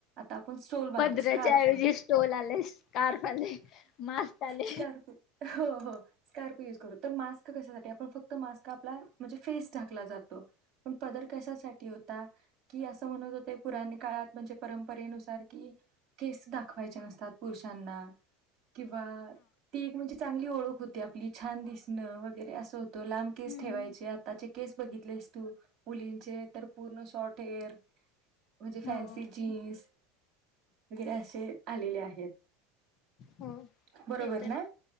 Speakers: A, on the right; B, on the left.
A: आता आपण स्टोल बांधतो,
B: पदराच्या
A: स्कार्फ.
B: ऐवजी स्टोल आले, स्कार्फ आले, मास्क आले.
A: स्कार्फ हो, हो स्कार्फ युज खरतर मास्क कशासाठी आपण फक्त मास्क आपला म्हणजे फेस ढाकला जातो. पण पदर कशासाठी हो ता की असं म्हणत होते पुराने काळात म्हणजे परम परे नुसार की केस दाखवायचे नसतात पुरुषांना. किंवा ती एक म्हणजे चांगली ओळख होती आपली. छान दिसणं वगैरे असं हो तो लांब केस
B: हम्म
A: ठेवायचे. आताचे केस बघितलेस तू मुलींचे तर पूर्ण शॉर्ट हेअर म्हणजे फॅन्सी
B: हो.
A: जीन्स वगैरे असे आलेले आहेत.
B: हो
A: बरोबर
B: ते तर
A: ना
B: आहे.